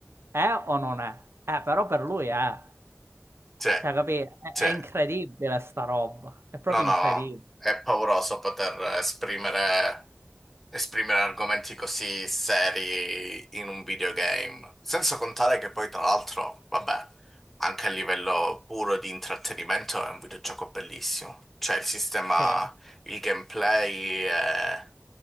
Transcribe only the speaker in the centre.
sì,
sì.
No, no,
no. È pauroso poter esprimere esprimere argomenti così seri in un videogame, senza contare che poi tra l'altro, vabbè, anche a livello puro di intrattenimento è un videogioco bellissimo. Cioè il sistema,
il gameplay è,